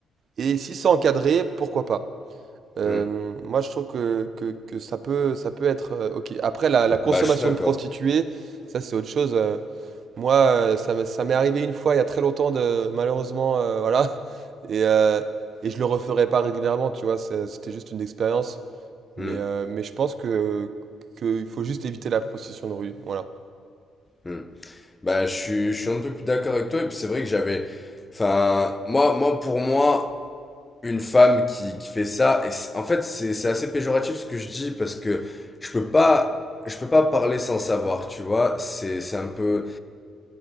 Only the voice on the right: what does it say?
Et si c'est encadré, pourquoi pas? Euh,
moi, je trouve que, que, que ça peut, ça peut être euh, OK. Après, la, la consommation
de prostituées, ça, c'est autre chose. Euh, moi, euh, ça m'est ça m'est arrivé une fois il y a très longtemps, de, malheureusement, euh, voilà. <laughs> Et, euh, et je le referai pas régulièrement, tu vois. c'est- C'était juste une expérience. Mais,
euh, mais je pense que, qu'il faut juste éviter la prostitution de rue. Voilà.